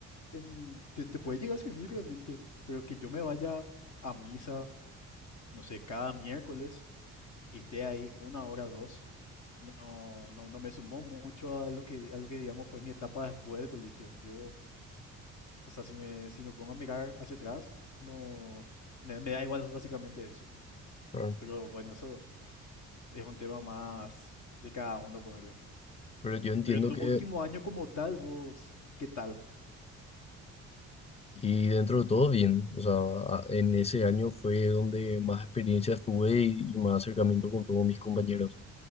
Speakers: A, on the left; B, on the left.
A: en, te, te puede llegar a servir realmente, pero que yo me vaya a misa, no sé, cada miércoles y esté ahí una hora, dos, no, no, no me sumó mucho a lo que, a lo que digamos fue mi etapa después del colegio. Yo O sea, si me, si me pongo a mirar hacia atrás, no, me, me da igual básicamente eso.
B: claro.
A: Pero bueno, eso es un tema más de cada uno ponerle.
B: Pero yo entiendo
A: Pero tu
B: que,
A: último año como tal, vos, ¿qué tal?
B: y dentro de todo bien, o sea, a- en ese año fue donde más experiencias tuve y, y más acercamiento con todos mis compañeros.